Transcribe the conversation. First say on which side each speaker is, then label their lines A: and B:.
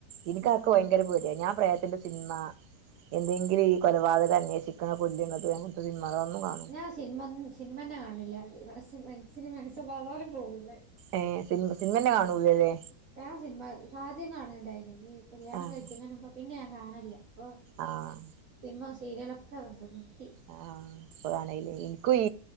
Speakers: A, on the right (about 80°); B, on the right (about 55°).
A: ഇന്ക്കഒക്കെ
B: ആഹ്
A: വയ്ങ്കര പേട്യാ ഞാൻ പ്രേതത്ത് ന്റെ സിനിമ എന്തെങ്കിലും ഈ കൊലപാതകം അന്വേഷിക്കണ <unintelligible> അങ്ങനത്തെ സിനിമകളൊന്നും കാ
B: ഞാൻ സിൻമ സിനിമന്നെ കാണൽല്ല ഇവടെ മൻഷ്യന് മനസ്സമാധാനം പോവൂല്ലേ?
A: ഏ സിൻമ സിൻമെന്നെ കാണൂലലെ
B: ഞൻ സിൻമ ആദ്യം കാണല്ണ്ടേയ്നി കല്യാണ
A: ആഹ്
B: കഴിക്കുന്നേനുമ്പ്. പിന്നെ ഞാൻ കാണല്ല്ലപ്പൊ
A: ആഹ്
B: സിൻമിം സീരീയേലൊക്കെ കണ്ട്ന്ന്. നിർത്തി
A: ആഹ് അപ്പൊതാണേല് ഇൻക്കും ഈ